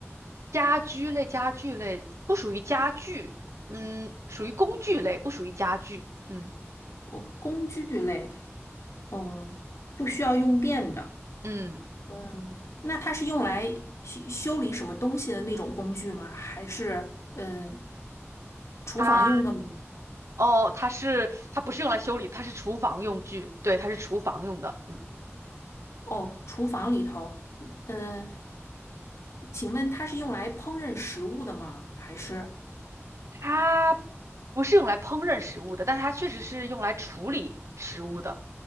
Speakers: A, on the right; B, on the left.
A: 家居类、家具类不属于家具，嗯，属于工具类，不属于家具，嗯
B: 哦，工具类，嗯，不需要用电的。
A: 嗯，
B: 嗯，那它是用来修修理什么东西的那种工具吗？还是嗯，呃厨房用的吗？
A: 它哦，它是它不是用来修理，它是厨房用具，对，它是厨房用的，嗯，
B: 哦，厨房里头，嗯，请问它是用来烹饪食物的吗？还是
A: 它不是用来烹饪食物的，但它确实是用来处理食物的，